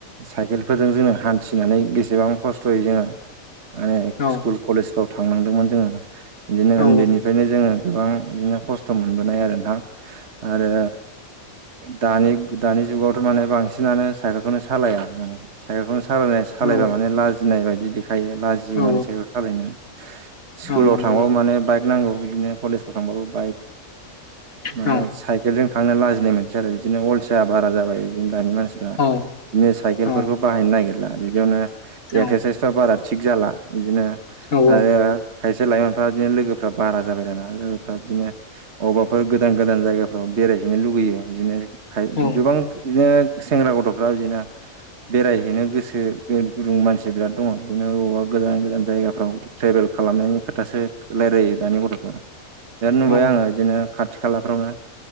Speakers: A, on the right; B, on the left.
A: साइकेलफोरजों जोङो हान्थिनानै बेसेबां खस्थ'यै जोंङो माने
B: औ
A: स्कुल कलेजाव थांनांदोंमोन जोङो बिदिनो
B: औ
A: उन्दैनिफ्रायनो जोङो गोबां बिदिनो खस्थ' खथ मोनबोनाय आरो नोंथां आरो दानि दानि जुगावथ' माने बांसिन बुहुदानो साइकेलखौनो सालाया माने साइकेलखौनो सालायनाय सालायबा
B: औ
A: माने लाजिनाय बायदि देख खायो लाजियो
B: औ
A: माने साइेल सालायनो सकुलाव
B: औ नंगौ
A: थांबावो माने बाइक नांगौ बिदिनो कलेजाफोराव थांबाबो बाइक। माने
B: औ
A: साइकेल जों थांनो लाजिनाय मोनसै आरो बिदिनो अलसिया बारा जाबाय बिदिनो दानि मानसिफ्रा
B: औ
A: बिदिनो साइकेलफोरखौ
B: औ
A: बाहायनो नागिरला बिदियावनो
B: औ
A: एक्सारसाइसफ्रा बारा थिग जाला बिदिनो
B: औ
A: आरो
B: औ
A: खायसे लाइमोनफ्रा इदिनो लोगोफ्रा बारा जाबाय दाना लोगोफ्रा बिदिनो अबेबाफोर गोदान गोदान जायगाफ्राव बेरायहैनो लुबैयो बिदिनो हाइद
B: उम औ
A: गोबां बिदिनो सेंग्रा गथ'फ्रा बिदिनो बेरायहैनो गोसो गोर गुदुं मानसि बिराद दङ बिदिनो बबावबा गोजान गोजान जायगाफ्राव ट्रेभेल खालामनायनि खोथासो रायलायो दानि गथ'फ्रा। दानो नुबाय
B: औ
A: आङो बिदिनो खाथ खाथि खालाफ्रावनो